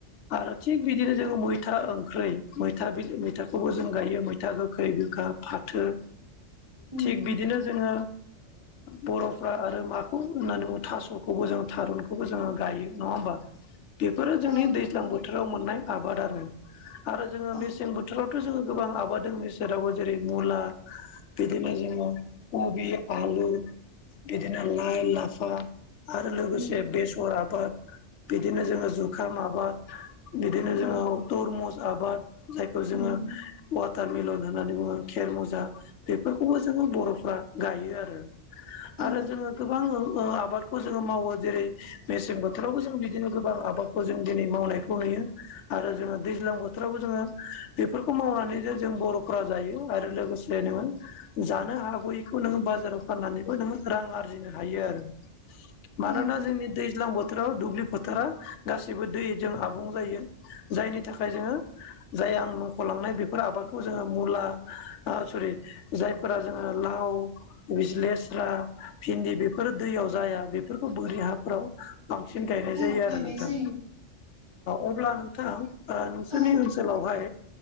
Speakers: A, on the left (about 80°); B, on the right (about 25°).
A: आरो थिग बिदिनो जोङो मैथा ओंख्रै मैथा मैथाखौबो जों गायो मैथा गोखै गोखा। फाथो
B: उम
A: थिग
B: उम
A: बिदिनो जोङो बर'फ्रा आरो माखौ होननानै बुङो थास'खौबो जों थारुनखौबो जोङो गायो नङबा बेफोरो जोंनि
B: औ नंगौ
A: दैज्लां बोथोराव मोननाय आबाद आरो आरो जोङो
B: औ
A: मेसें बोथोर बोथोरावथ' जोङो गोबां आबाद द बे सेराव जेरै मुला बिदिनो जोङो कबि आलु बिदिनो लाइ लाफा आरो
B: उम
A: लोगोसे बेस फर आबाद बिदिनो जोङो जुखाम आबाद बिदिनो
B: उम
A: जोङो तरमुस आबाद जायखौ जोङो
B: उम उम
A: वाटारमेलन होननानै बुङो खेर मुजा बेफोरखौबो जोङो बर'फ्रा गायो आरो
B: औ
A: आरो जोङो गोबां आबादखौ जोङो मावो जेरै मेसें बोथोरावबो जों बिदिनो गोबां आबाद खौ जों दिनै मावनायखौ नुयो आरो जोङो दैज्लां बोथोरावबो जोङो बेफोरखौ मावनानै जे जों बर'फोरा जायो आरो लोगोसे ज नोङो जानो हागौयैखौ नोङो ब बाजाराव फाननानैबो नोङो रां आरजिनो हायो आरो मानोना
B: औ औ
A: जोंनि दैज्लां बोथोराव दुब्लि फोथारा गासैबो दैजों आबुं जायो जायनि थाखाय जोङो जाय आं मुंख'लांनाय बेफोर आबादखौ जोङो मुला सरि जायफोरा जोङो लाव लेस्रा भिन्दि बेफोरो दैयाव जाया बेफोरखौ बोरि हाफोराव बांसिन गायनाय
B: औ
A: जायो आरो
B: गायनाय
A: नोंथां
B: जायो
A: अब्ला नोंथां नोंसोरनि
B: औ
A: ओनसोलावहाय